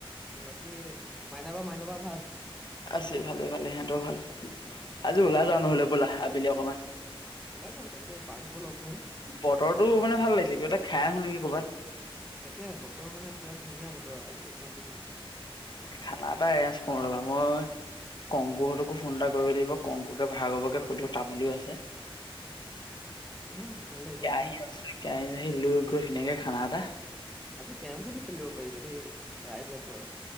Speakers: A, in the centre; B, on the left.
A: বাকী মাইনাবা মাইনবা ভাল?
B: আছে ভালে ভালে সিহঁতৰও ভাল আজি ওলাই
A: অ
B: যাওঁ নহ'লে ব'লা আবেলি অকণমান
A: ওলাই যাম তাকে পাৰ্থকো লগ ধৰিম।
B: বতৰতো মানে ভাল লাগিছে কিবা এটা খাই আহো নেকি ক'ৰবাত।
A: তাকে বতৰ মানে পূৰা ধুনীয়া বতৰ আজি একদম
B: খানা এটা এৰেঞ্জ কৰো ৰ'বা মই কংকু হঁতোকো ফোন এটা কৰিব লাগিব কংকুকে ভাৰ্গবকে সুধো তামুলিও আছে।
A: অ, সোধা ভাল লাগিব
B: কেৰাহী
A: খাই
B: আছে কেৰাহী চেয়াহি লৈ গৈ ধুনীয়াকে খানা এটা
A: আজি কেৰম খনো খেলিব পাৰি যদি ৰাইজে কয়।